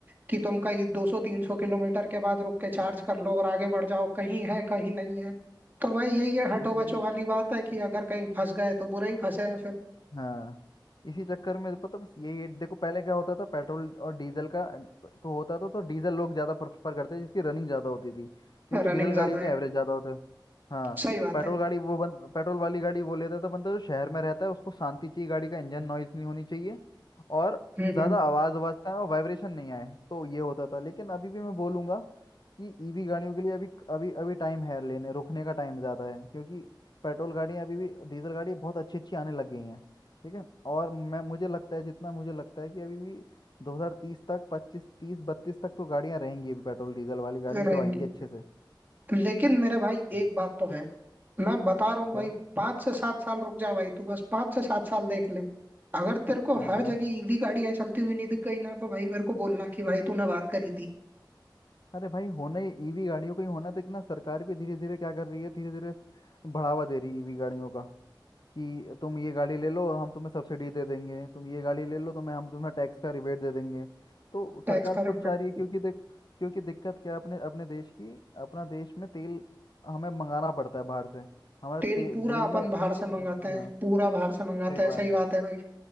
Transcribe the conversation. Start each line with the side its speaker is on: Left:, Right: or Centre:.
Right: कि तुम कहीं 200 300 किलोमीटर के बाद रुक के चार्ज कर लो और आगे बढ़ जाओ कहीं है कहीं नहीं है तो भाई यही है हटो
Left: बस
Right: बचो
Left: ये
Right: वाली बात है कि अगर कहीं फंस गए तो बुरा ही फंसे हैं
Left: हाँ इसी चक्कर में तो पता बस यही देखो पहले क्या होता था पेट्रोल और डीजल का अ, तो होता था तो डीजल लोग ज़्यादा प्रेफर करते जिसकी रनिंग ज़्यादा होती थी क्योंकि
Right: रनिंग
Left: डीजल
Right: ज्यादा
Left: गाड़ियों के
Right: है
Left: एवरेज ज़्यादा होते हैं। हाँ
Right: सही बात
Left: पेट्रोल
Right: है
Left: गाड़ी वो बन पेट्रोल वाली गाड़ी वो लेता था बंदा जो शहर में रहता है उसको शांति चाहिए गाड़ी का इंजन नॉइज नहीं होनी चाहिए और
Right: हम्म
Left: ज़्यादा
Right: हम्म
Left: आवाज़ आवाज़ का और वाइब्रेशन नहीं आए तो ये होता था लेकिन अभी भी मैं बोलूँगा कि ईवी गाड़ियों के लिए अभी अभी अभी टाइम है लेने रुकने का टाइम ज़्यादा है क्योंकि पेट्रोल गाड़ियाँ अभी भी डीजल गाड़ी बहुत अच्छी अच्छी आने लग गई हैं ठीक है और मैं मुझे लगता है जितना मुझे लगता है कि अभी भी 2030 तक 25 30 बत्तीस तक तो गाड़ियां रहेंगी अभी पेट्रोल डीजल वाली गाड़ियां
Right: रहेंगी
Left: जो आएंगी अच्छे से
Right: लेकिन मेरे भाई
Left: हम्म।
Right: एक बात तो है मैं बता रहा हूँ
Left: क्या
Right: भाई पांच से सात साल रुक जा भाई तू बस पांच से सात साल देख ले अगर तेरे को
Left: हाँ
Right: हर
Left: हाँ
Right: जगह ईवी गाड़ियां चलती हुई नहीं दिख गई ना तो भाई मेरे को बोलना कि भाई तूने बात करी थी
Left: अरे भाई होना ही ईवी गाड़ियों का ही होना तो इतना सरकार भी धीरे धीरे क्या कर रही है धीरे धीरे बढ़ावा दे रही है ईवी गाड़ियों का कि तुम ये गाड़ी ले लो हम तुम्हें सब्सिडी दे देंगे तुम ये गाड़ी ले लो तो मैं हम तुम्हें टैक्स का रिबेट दे देंगे तो
Right: टैक्स
Left: सरकार
Right: का
Left: खुद
Right: रिफंड
Left: चाह रही है क्योंकि देख क्योंकि दिक्कत क्या है अपने अपने देश की अपना देश में तेल हमें मंगाना पड़ता है बाहर से हमारे
Right: तेल
Left: ते,
Right: पूरा
Left: तेल
Right: अपन
Left: में
Right: बाहर से मंगाते हैं
Left: हाँ
Right: पूरा बाहर से मंगाते
Left: सही
Right: हैं
Left: बात
Right: सही बात
Left: है।
Right: है भाई